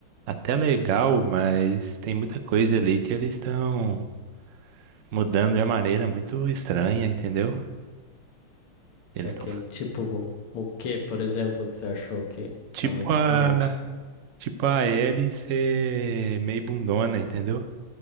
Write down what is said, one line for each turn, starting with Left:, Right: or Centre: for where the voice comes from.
Right: até legal, mas tem muita coisa ali que eles estão mudando de uma maneira muito estranha, entendeu? Eles
Left: isso aqui?
Right: estão
Left: Tipo, o que, por exemplo, que você achou que
Right: tipo
Left: tá muito
Right: a
Left: diferente?
Right: tipo a Ellie ser meio bundona, entendeu?